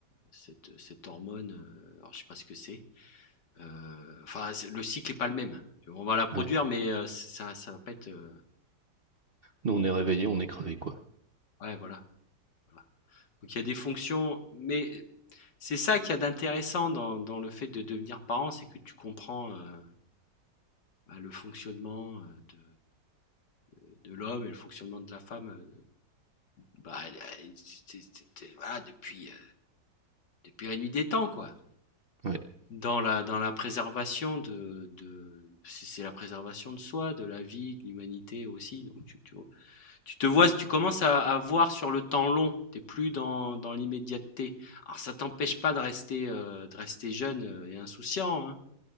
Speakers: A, on the left; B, on the right.
A: cette, cette hormone, euh, alors je ne sais pas ce que c'est. Euh, Enfin, c'est- le cycle n'est pas le même. On va la produire,
B: Ouais.
A: mais euh, ça, ça va pas être. euh,
B: Nous, on est réveillés, on est crevés, quoi.
A: Ouais, voilà, voilà. Donc il y a des fonctions, mais c'est ça qu'il y a d'intéressant dans, dans le fait de devenir parent, c'est que tu comprends. euh, bah, le fonctionnement euh, de, de l'homme et le fonctionnement de la femme bah, c'est- c'est- c'est- voilà, depuis, euh, depuis la nuit des temps, quoi.
B: Ouais.
A: Dans la, dans la préservation de, de c'est la préservation de soi, de la vie, de l'humanité aussi. Donc tu, tu, tu te vois, tu commences à, à voir sur le temps long. T'es plus dans, dans l'immédiateté. Alors ça t'empêche pas de rester, euh, de rester jeune euh, et insouciant, hein,